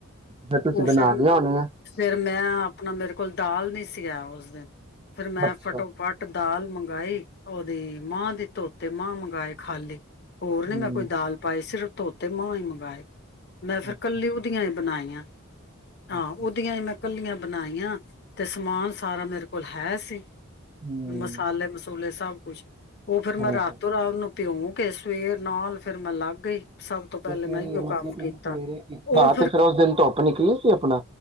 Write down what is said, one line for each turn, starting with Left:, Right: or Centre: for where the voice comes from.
Right: ਫੇਰ ਤੁਸੀਂ
Left: ਉਹ
Right: ਬਣਾ
Left: ਫਿਰ
Right: ਲਿਆਂ ਹੋਣੀਆਂ?
Left: ਫਿਰ ਮੈਂ ਆਪਣਾ ਮੇਰੇ ਕੋਲ ਦਾਲ ਨੀ ਸੀਆ ਉਸ ਦਿਨ। ਫਿਰ ਮੈਂ
Right: ਅੱਛਾ
Left: ਫੱਟੋ ਫੱਟ ਦਾਲ ਮੰਗਈ ਉਹਦੀ ਮਾਂ ਦੇ ਧੋਤੇ ਮਾਂ ਮੰਗਵਾਏ ਖਾਲੀ ਹੋਰ ਨੀ
Right: ਹੂੰ
Left: ਮੈਂ ਕੋਈ ਦਾਲ ਪਾਏ ਸੀ। ਧੋਤੇ ਮਾਂ ਹੀ ਮੰਗਾਏ। ਮੈਂ ਫੇਰ
Right: ਅੱਛਾ
Left: ਕੱਲੀ
Right: ਅੱਛਾ
Left: ਆਇ ਆਂ
Right: ਅੱਛਾ
Left: ਹਾਂ ਉਹਦੀ
Right: ਅੱਛਾ
Left: ਹੀ ਕੱਲੀਆਂ ਬਨਾਈਆਂ ਤੇ ਸਮਾਨ ਸਾਰਾ ਮੇਰੇ ਕੋਲ ਹੈ ਸੀ।
Right: ਹੂੰ
Left: ਮਸਾਲੇ ਮਸੂਲੇ ਸ ਕੁਛ <inaudible> ਉਹ ਫੇਰ
Right: ਹਾਂਜੀ
Left: ਮੈਂ ਰਾਤੋਂ ਰਾਤ ਭਿਉਂ ਕੇ ਸਵੇਰ ਨਾਲ ਫੇਰ ਮੈਂ ਲੱਗ ਗਈ ਸਭ ਤੋਂ ਪਹਿਲੇ
Right: ਤੇ ਫਿਰ
Left: ਮੈਂ ਆਇਯੋ
Right: ਮਤਲਬ
Left: ਕੰਮ
Right: ਤੁਸੀਂ
Left: ਕੀਤਾ।
Right: ਸਵੇਰੇ ਕੀਤਾ
Left: ਉਹ
Right: ਹਾਂ
Left: ਫਿਰ
Right: ਤੇ ਉਸ ਦਿਨ ਧੁੱਪ ਨਿਕਲੀ ਸੀ ਆਪਣਾ